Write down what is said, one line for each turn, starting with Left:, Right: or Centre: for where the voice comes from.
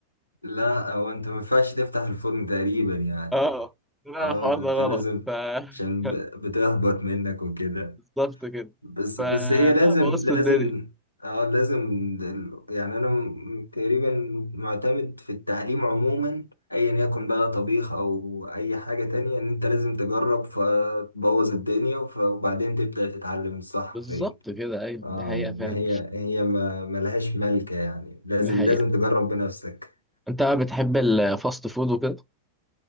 Left: لا هو انت ما ينفعش تفتح الفرن تقريبا يعني
Centre: اه طلع
Left: اه
Centre: الحوار
Left: انت
Centre: ده غلط
Left: لازم
Centre: ف
Left: عشان ب-
Centre: <laughs>
Left: بتهبط منك وكده
Centre: بالظبط كده
Left: بس
Centre: فلا
Left: بس هي لازم
Centre: بوظت
Left: لازم
Centre: الدنيا
Left: اه لازم ال- يعني انا م- تقريبا معتمد في التعليم عموما ايا يكن بقى طبيخ او اي حاجة تانية ان انت لازم تجرب فتبوظ الدنيا وف- وبعدين تبدأ تتعلم الصح
Centre: بالظبط
Left: فين
Centre: كده ايوه
Left: اه
Centre: دي حقيقه فعلا
Left: ما هي هي ما ملهاش ملكة يعني لازم
Centre: دي حقيقه
Left: لازم تجرب بنفسك
Centre: انت بقى بتحب الفاست فود وكده